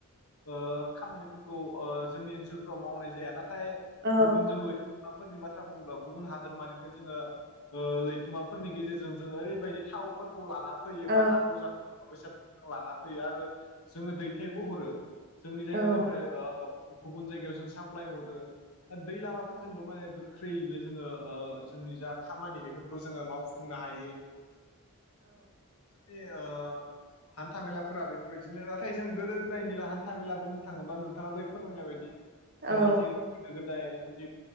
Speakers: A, on the left; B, on the right.
A: ओ खामानिफोरखौ ओ जोंनि ओनसोलफ्राव मावनाय जाया नाथाय
B: औ
A: गुबुनजों लोगोसे फोरनि बाथ्रा बुङोब्ला गुबुन हादोरमानिफ्राय जोङो ओ लैथोमाफोरनि गेजेरजों जोङो ओरैबायदि थावफोरखौ लाना फैयो
B: औ
A: बा नांगौ जानायफोरखौ लाना फैयो आरो जोङो दैथायबो हरो जोंनि जायगानिफ्राय
B: औ
A: ओ गुबुन जायगायाव जों साप्लाय हरो दै लामाफोरजोंबो माने गोख्रैनो जोङो ओ जोंनि जा खामानि बेफोरखौ जोङो मावफुंनो हायो। बे ओ हान्था मेलाफोरा बेफोरबायदिनो नाथाय जों गोदो गोदायनि हान्था मेला बुंनो थाङोब्ला नोंथाङा दा फोरमायनाय बायदि
B: औ
A: जोंहा जिहेतु गोदो गोदाय जुदि